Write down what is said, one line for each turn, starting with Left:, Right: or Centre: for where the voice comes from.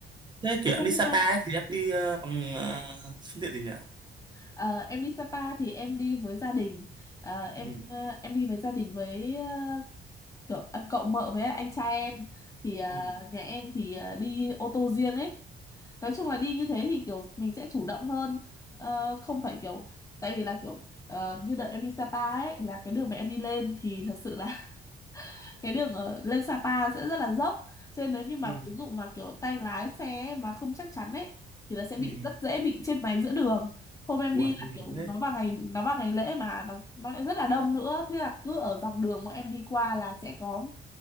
Right: thế kiểu em
Left: Không
Right: đi
Left: biết
Right: Sapa
Left: ha.
Right: ấy, thì em đi ờ, bằng uh, phương tiện gì nhỉ
Left: Ờ, em đi Sapa thì em đi với gia đình Ờ, em
Right: ừ
Left: ờ, em đi với gia đình với ờ, cậu, à, cậu mợ với anh trai em thì ờ,
Right: ừ
Left: nhà em thì ờ, đi ô tô riêng ấy nói chung là đi như thế thì kiểu mình sẽ chủ động hơn Ờ, không phải kiểu tại vì là kiểu ờ, như đợt em đi Sapa ấy là cái đường mà em đi lên thì thật sự là cái đường ở lên Sapa sẽ rất là dốc cho nên nếu như mà
Right: ừ
Left: ví dụ mà kiểu tay lái xe mà không chắc chắn ấy thì là sẽ bị
Right: ừ
Left: rất dễ bị chết máy giữa đường hôm em
Right: ui
Left: đi là
Right: nguy
Left: kiểu
Right: hiểm đấy
Left: nó vào ngày nó vào ngày lễ mà nó, nó lại rất là đông nữa thế là cứ ở dọc đường mà em đi qua là sẽ có